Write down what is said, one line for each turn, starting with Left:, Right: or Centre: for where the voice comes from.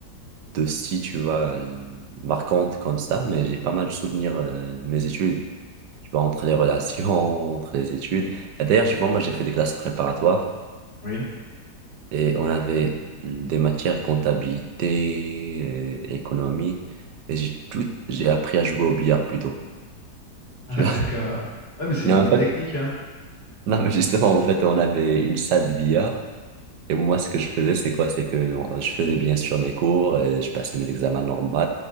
Right: de si, tu vois, euh, marquante comme ça, mais j'ai pas mal de souvenirs euh, de mes études. Tu vois, entre les relations, <laughs> entre les études. Et D'ailleurs, tu vois, moi, j'ai fait des classes préparatoires.
Left: oui. <laughs>
Right: Et on avait des matières comptabilité, euh, économie, et j'ai tout, j'ai appris à jouer au billard plutôt. <laughs>
Left: Ah
Right: Tu vois?
Left: d'accord. Ouais, mais c'est
Right: Mais
Left: une
Right: en
Left: bonne
Right: fait,
Left: technique, hein.
Right: non, mais justement, en fait, on avait une salle de billard. Et moi, ce que je faisais, c'est quoi? C'est que on- je faisais bien sûr mes cours, et je passais mes examens normaux,